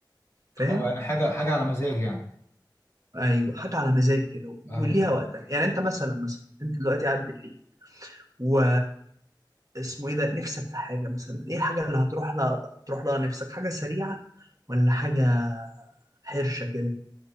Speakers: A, on the right; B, on the left.
A: فاهم
B: اه يعني حاجه حاجه على مزاج يعني
A: ايوه حاجة على مزاج كده
B: ايوه
A: وليها وقتها يعني انت مثلا مثلا انت دلوقتي قاعد بالليل و اسمه ايه ده نفسك في حاجة مثلا ايه الحاجة اللي هتروح لها تروح لها نفسك حاجة سريعة ولا حاجة حرشة كده